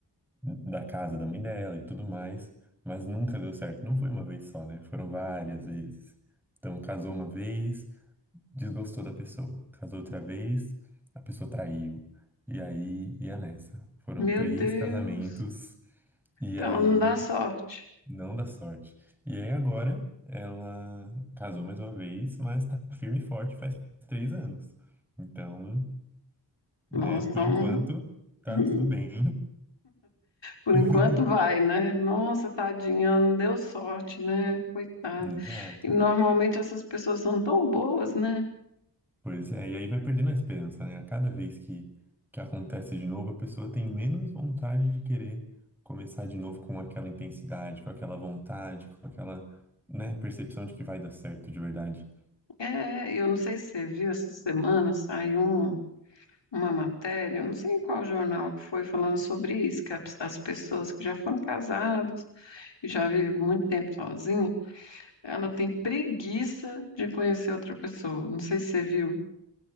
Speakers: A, in the centre; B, on the left.
A: da casa da mãe dela e tudo mais, mas nunca deu certo. Não foi uma vez só, né? Foram várias vezes. Então, casou uma vez, desgostou da pessoa. Casou outra vez, a pessoa traiu. E aí, ia nessa. Foram
B: Meu
A: três
B: Deus,
A: casamentos. E
B: ela
A: aí
B: não dá sorte.
A: não dá sorte. E aí agora ela casou mais uma vez, mas tá firme e forte faz três anos. Então, né,
B: Nossa,
A: por
B: então,
A: enquanto tá
B: <laughs>
A: tudo bem.
B: por
A: <laughs>
B: enquanto vai, né? Nossa, tadinha, ela não deu sorte, né? Coitada.
A: Exato.
B: E normalmente essas pessoas são tão boas, né?
A: Pois é, e aí vai perdendo a esperança, né? A cada vez que, que acontece de novo, a pessoa tem menos vontade de querer começar de novo com aquela intensidade, com aquela vontade, com aquela, né, percepção de que vai dar certo de verdade.
B: É, eu não sei se você viu essa semana, saiu um. uma matéria, eu não sei em qual jornal que foi, falando sobre isso, que a- as pessoas que já foram casadas e já vivem muito tempo sozinha, ela tem preguiça de conhecer outra pessoa. Não sei se você viu.